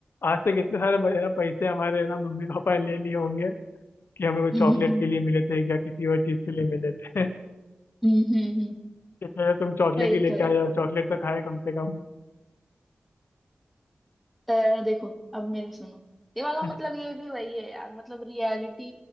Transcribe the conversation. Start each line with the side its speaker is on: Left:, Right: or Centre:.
Left: आज तक इतने सारे है ना पैसे हमारे है ना मम्मी पापा ने ले लिए होंगे कि हमें वो
Centre: हम्म
Left: चॉकलेट
Centre: हम्म
Left: के लिए मिले थे या किसी और चीज के लिए मिले थे <laughs>
Centre: हम्म हम्म, हम्म,
Left: इसलिए तो तुम चॉकलेट
Centre: वही
Left: ही लेके
Centre: तो है
Left: आ जाओ चॉकलेट तो खाए कम से कम
Centre: अ, देखो अब मेरा सुनो ये वाला
Left: <laughs>
Centre: मतलब ये भी वही है यार मतलब रियलिटी